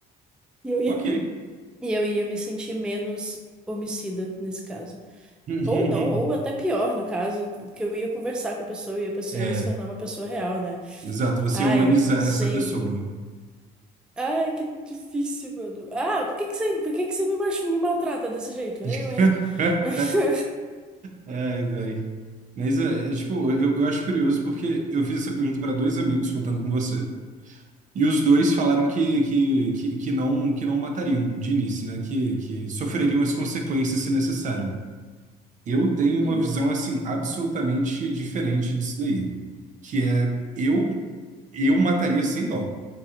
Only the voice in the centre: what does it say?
E eu ia,
e eu ia me sentir menos homicida nesse caso.
Ou não, ou até pior, no caso, que eu ia conversar com a pessoa e a pessoa
ia se tornar uma pessoa real, né?
Ai,
não sei.
Ai, que difícil, mano. Ah, por que que você, por que que você me, mach- me maltrata desse jeito?
Eu, hein? <laughs>
Uhum.